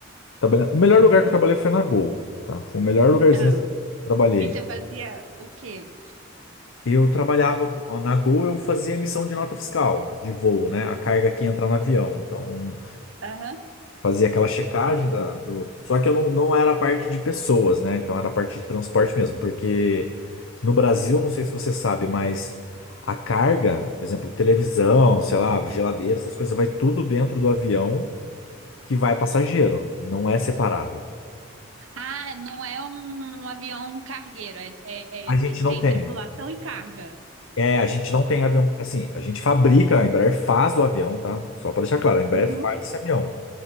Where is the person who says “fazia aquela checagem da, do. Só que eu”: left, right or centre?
Left